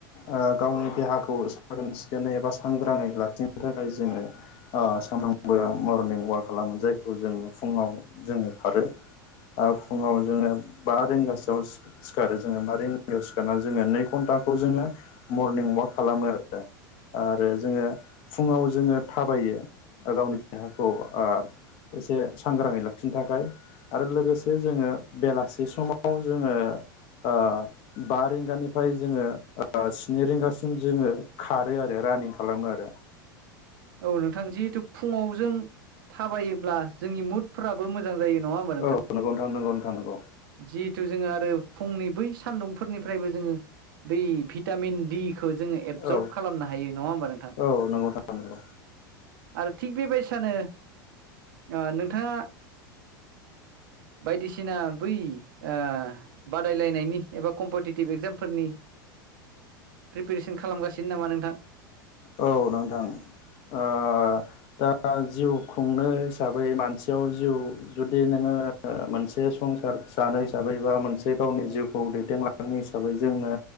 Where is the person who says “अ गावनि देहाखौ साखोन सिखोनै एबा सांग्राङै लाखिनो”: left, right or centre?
Left